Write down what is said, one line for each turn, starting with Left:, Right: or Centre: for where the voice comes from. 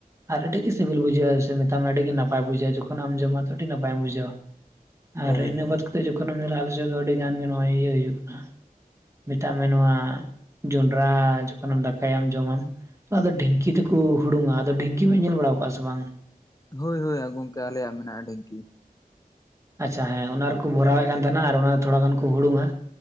Right: ᱟᱨ ᱟᱹᱰᱤ ᱜᱮ ᱥᱤᱵᱤᱞ ᱵᱩᱡᱷᱟᱹᱜᱼᱟ ᱥᱮ ᱢᱮᱛᱟᱢ ᱟᱹᱰᱤ ᱜᱮ ᱱᱟᱯᱟᱭ ᱵᱩᱡᱷᱟᱹᱜᱼᱟ ᱡᱚᱠᱷᱚᱱᱮᱢ ᱡᱚᱢᱟ ᱛᱚᱠᱷᱚᱱ ᱟᱹᱰᱤ ᱱᱟᱯᱟᱭᱮᱢ ᱵᱩᱡᱷᱟᱹᱣᱟ ᱟᱨ
Left: ᱦᱳᱭ
Right: ᱤᱱᱟᱹ
Left: ᱦᱳᱭ
Right: ᱵᱟᱫ ᱠᱟᱛᱮᱫ ᱡᱚᱠᱷᱚᱱᱮᱢ ᱧᱮᱞᱟ ᱟᱞᱮᱥᱮᱫ ᱫᱚ ᱟᱹᱰᱤ ᱜᱟᱱ ᱜᱮ ᱱᱚᱜᱼᱚᱭ ᱤᱭᱟᱹ ᱦᱩᱭᱩᱜ ᱠᱟᱱᱟ ᱢᱮᱛᱟᱜ ᱢᱮ ᱱᱚᱣᱟ ᱡᱚᱱᱰᱨᱟ ᱡᱚᱠᱷᱚᱱᱮᱢ ᱫᱟᱠᱟᱭᱟᱢ ᱡᱚᱢᱟᱢ ᱟᱫᱚ ᱰᱷᱤᱝᱠᱤ ᱛᱮᱠᱚ ᱦᱩᱲᱩᱝᱟ ᱟᱫᱚ ᱰᱷᱤᱝᱠᱤ ᱵᱮᱱ ᱧᱮᱞ ᱵᱟᱲᱟ ᱠᱟᱜᱼᱟ ᱥᱮ ᱵᱟᱝ
Left: ᱦᱳᱭ ᱦᱳᱭ ᱜᱚᱢᱠᱮ ᱟᱞᱮᱭᱟᱜ ᱢᱮᱱᱟᱜᱼᱟ ᱰᱷᱤᱮᱝᱠᱤ
Right: ᱟᱪᱪᱷᱟ ᱦᱮᱸ ᱚᱱᱟ ᱨᱮᱠᱚ ᱵᱷᱚᱨᱟᱣ ᱮᱫ ᱠᱟᱱ ᱛᱟᱦᱮᱱᱟ ᱟᱨ ᱚᱱᱟ ᱛᱷᱚᱲᱟ ᱜᱟᱱ ᱠᱚ ᱦᱩᱲᱩᱝᱼᱟ